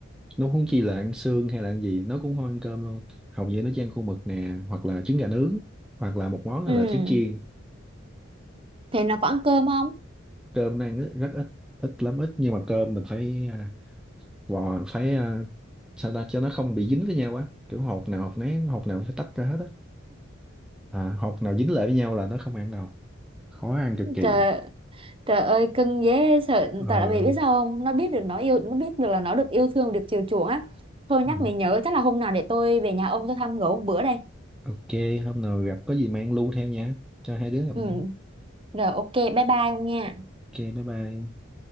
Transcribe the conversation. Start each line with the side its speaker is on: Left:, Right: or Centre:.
Centre: nó huống chi là ăn xương hay là ăn gì nó cũng không ăn cơm luôn hầu như nó chỉ ăn khô mực nè hoặc là trứng gà nướng hoặc là một món
Right: ừ
Centre: là trứng chiên
Right: thế nó có ăn cơm không
Centre: cơm nó ăn rất, rất ít ít lắm ít nhưng mà cơm mình phải à, vò phải à, sao ta cho nó không bị dính với nhau quá kiểu hột nào hột nấy hột nào phải tách ra hết á à, học nào dính lại với nhau là nó không ăn đâu khó ăn cực kỳ
Right: Trời, trời ơi cưng dễ sợ
Centre: Ờ,
Right: tại vì biết sao không nó biết được nó yêu nó biết được là nó được yêu thương được chiều chuộng á thôi nhắc
Centre: ừ.
Right: mày nhớ chắc là hôm nào để tôi về nhà ông tôi thăm gỡ một bữa đây
Centre: ok hôm nào gặp có gì mang lu theo nha cho hai đứa gặp
Right: ừ
Centre: nhau
Right: rồi ok bye bye ông nha
Centre: ok bye bye